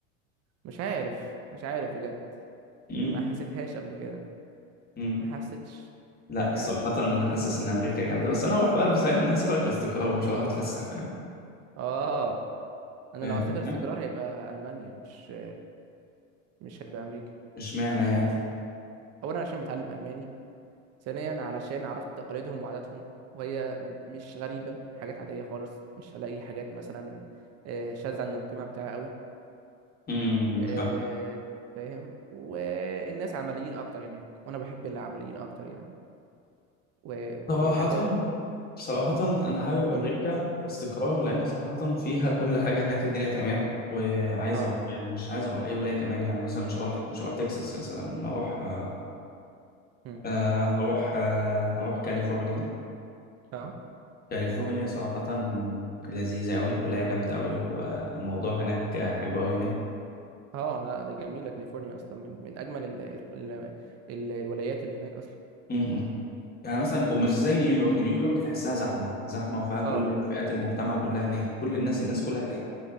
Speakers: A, on the right (about 40°); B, on the left (about 25°).
A: مش عارف مش عارف بجد
B: مم.
A: ما حسيتهاش قبل كده
B: مم.
A: ما حسيتش
B: لا
A: يعني
B: صراحة أنا حاسس إن أمريكا جامدة بس أنا هروح بقى فاهم أنا هسافر كاستقرار مش هروح أتفسح فاهم
A: اه انا
B: فاهم
A: لو هسافر استقرار
B: أنت؟
A: هيبقى المانيا مش مش هيبقى امريكا
B: إشمعنى يعني
A: اولا عشان بتعلم الماني ثانيا علشان عرفت تقاليدهم وعاداتهم وهي م- مش غريبه حاجات عاديه خالص مش هلاقي حاجات مثلا آه، شاذه عن المجتمع بتاعي قوي
B: مم.
A: آه، فاهم والناس عمليين اكتر هناك وانا بحب اللي عمليين اكتر يعني وهي
B: صراحة
A: حاجه
B: صراحة
A: يعني
B: أنا حابب أمريكا
A: قول لي
B: كاستقرار لأن صراحة فيها كل حاجة هناك الدنيا تمام وعايز
A: اه
B: أروح يعني مش عايز أروح أي ولاية كمان يعني مثلا مش هروح مش هروح تكساس مثلا أروح آه،
A: مم.
B: آه، هروح آه، هروح كاليفورنيا
A: اه
B: كاليفورنيا صراحة لذيذة أوي ولاية جامدة أوي والموضوع هناك حلو أوي هناك
A: اه لا ده جميله كاليفورنيا اصلا من من اجمل ال ال ال الولايات اللي هناك اصلا
B: م- م. يعني مثلا ومش زي نيويورك نيويورك تحسها زحمة زحمة وفيها كل
A: اه
B: فئات المجتمع كلها هناك كل الناس الناس
A: امم
B: كلها هناك